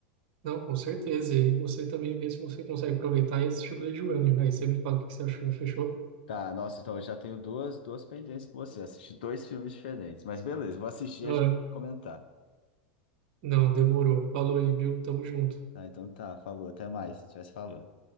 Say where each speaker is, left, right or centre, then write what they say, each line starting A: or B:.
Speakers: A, on the right (about 50°); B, on the left (about 60°).
A: não, com certeza. E você também vê se você consegue aproveitar e assistir Blade Runner. Aí você me fala o que que você achou, fechou?
B: Tá, nossa, então eu já tenho duas, duas pendências com você. Assisti dois filmes diferentes. Mas beleza, vou assistir
A: Ah,
B: e a gente vai comentar.
A: não, demorou. Falou aí, viu? Tamo junto.
B: Tá, então tá, falou, até mais. A gente vai se falando.